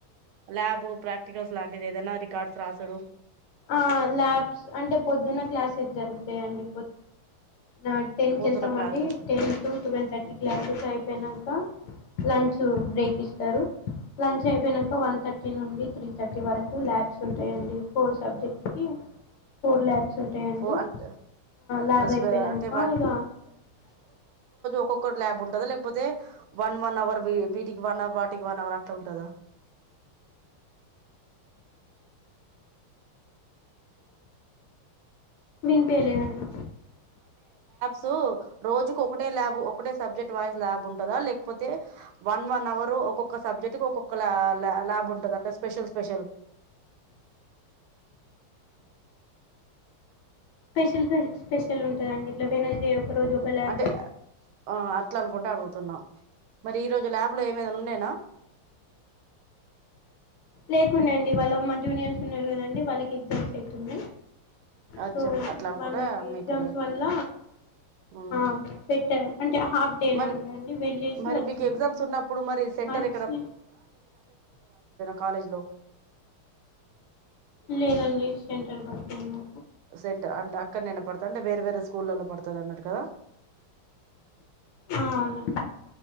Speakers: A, on the right; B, on the left.
A: ల్యాబ్ ప్రాక్టికల్స్ లాంటిది ఏదైనా రికార్డ్స్ రాసుడు
B: ఆ ల్యాబ్స్ అంటే పొద్దున్న క్లాసెస్ జరుగుతాయండి ఆ టెన్ కి
A: పోతున్న
B: వెళ్తాం
A: classes
B: అండి ten to twelve thirty classes అయిపోయానాక లంచ్ బ్రేక్ ఇస్తారు లంచ్ అయిపోనాక వన్ థర్టీ నుండి త్రీ థర్టీ వరకు ల్యాబ్స్ ఉంటాయండి ఫోర్ సబ్జెక్ట్కి ఫోర్ ల్యాబ్స్ ఉంటాయండి
A: ఫో అంటే
B: ల్యాబ్
A: అంటే
B: అయిపోయినాక ఇక
A: ఒక్కొక్కరు ల్యాబ్ ఉంటందా లేకపోతే వన్ వన్ అవర్ వీటికి వన్ అవర్ వాటికి వన్ అవర్ అట్లా ఉంటందా
B: వినిపయలేదండి
A: సో రోజుకు ఒకటే ల్యాబ్ ఒకటే సబ్జెక్ట్ వైస్ ల్యాబ్ ఉంటందా లేకపోతే వన్ వన్ అవర్ ఒక్కొక్క సబ్జెక్ట్ ఒక్కొక్క ల్యాబ్ ఉంటంది అంటే స్పెషల్ స్పెషల్
B: స్పెషల్ స్పెషల్ ఉంటుందండి ఇట్లా వెడ్నెస్ డే ఒకరోజు ఒక ల్యాబ్
A: అంటే ఆ అట్లా అనుకుంటే అడుగుతున్నా మరి ఈ రోజు ల్యాబ్ లో ఏమేదనా ఉన్నాేనా
B: లేకుండే అండి వాళ్ళ మా జూనియర్స్ ఉన్నారు కదండి వాళ్ళకి ఎగ్జామ్స్ అవుతుంది
A: అచ్చా
B: సో
A: అట్లా అనుకుంటే
B: వాళ్ళకి ఎగ్జామ్స్
A: మీకు లే
B: వల్ల
A: ఉమ్.
B: అ పెట్టమ్ అంటే హాఫ్ డేనే
A: మరి
B: ఉందండి వెల్లేసి
A: మరి
B: వచ్చాము
A: మీకు ఎగ్జామ్స్ ఉన్నప్పుడు మరి సెంటర్
B: వచ్చి
A: కాలేజ్లో
B: లేదండి సెంటర్ పడుతున్నా
A: సెంట అంటే అక్కడ నేన పడతా అంటే వేరే వేరే స్కూళ్ళలో పడుతది అన్నర్ కదా
B: ఆ అవునండి